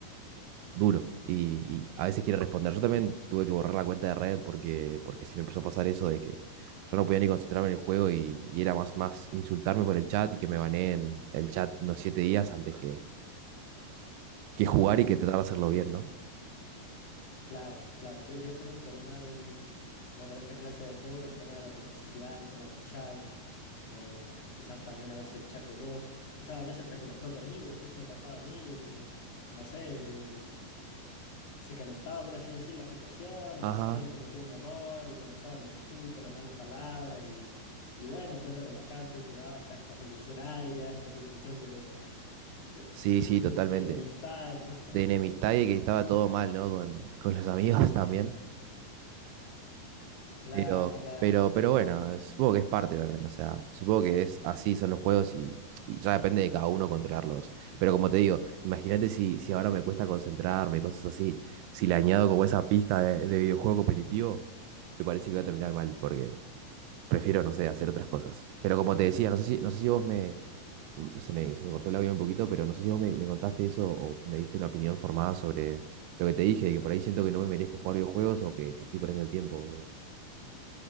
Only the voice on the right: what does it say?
duro y, y a veces quiere responder. Yo también tuve que borrar la cuenta de Reddit porque, porque sí me empezó a pasar eso de que yo no podía ni concentrarme en el juego y, y era más, más insultarme por el chat y que me baneen el chat unos siete días antes que, que jugar y que tratar de hacerlo bien, ¿no?
Ajá,
sí, sí, totalmente.
De enemistad y que estaba todo mal, ¿no? Con, con los amigos <laughs> también.
Pero,
pero, pero bueno, supongo que es parte también, o sea, supongo que es así son los juegos y, y ya depende de cada uno controlarlos. Pero como te digo, imagínate si, si ahora me cuesta concentrarme, cosas así, si le añado como esa pizca de, de videojuego competitivo, me parece que va a terminar mal, porque prefiero, no sé, hacer otras cosas. Pero como te decía, no sé si, no sé si vos me, mm, se me, se me cortó el audio un poquito, pero no sé si vos me, me contaste eso o me diste una opinión formada sobre lo que te dije, de que por ahí siento que no me merezco jugar videojuegos o que, que estoy perdiendo el tiempo, digamos.